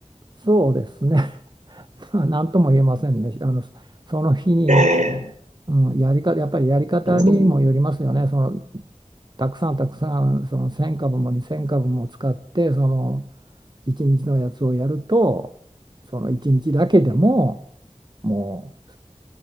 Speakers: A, on the right; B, on the right.
A: そうですね、<laughs> まあなんとも言えませんね。あの、その日に、
B: ええ
A: うん、やり方、やっぱりやり方にもよりますよね。
B: うん
A: その、たくさんたくさん、その1000株も2000株も使って、その、1日のやつをやると、その1日だけでも、もう、